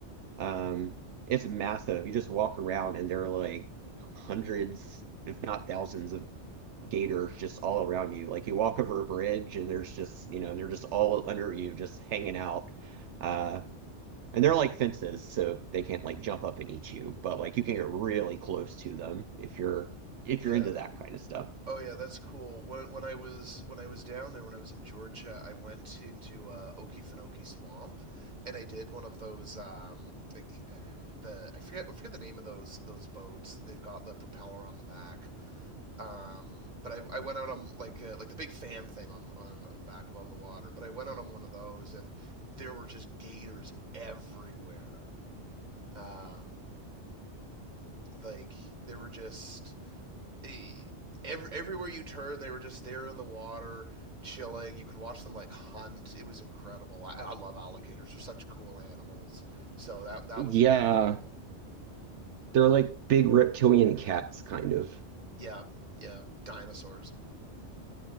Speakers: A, on the right; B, on the right.
A: Um, it's massive. You just walk around and there are like hundreds, if not thousands, of gators just all around you. Like you walk over a bridge and there's just, you know, they're just all under you, just hanging out. Uh, and they're like fences, so they can't like jump up and eat you, but like you can get really close to them if you're if
B: Yeah,
A: you're into that kind of stuff.
B: Oh yeah, that's cool. When when I was when I was down there when I was in Georgia, I went into uh, Okefenokee Swamp, and I did one of those um, like uh, the I forget I forget the name of those those boats. They've got the propeller on the back. Um, but I, I went out on like uh, like the big fan thing on on the back above the water. But I went out on one of those, and there were just gators everywhere. Um, like they were just eh, every, everywhere you turn, they were just there in the water, chilling. You could watch them like hunt. It was incredible. I, I love alligators; they're such cool animals. So that that
A: Yeah,
B: was really enjoyable.
A: they're like big reptilian cats, kind of.
B: Yeah, yeah, dinosaurs.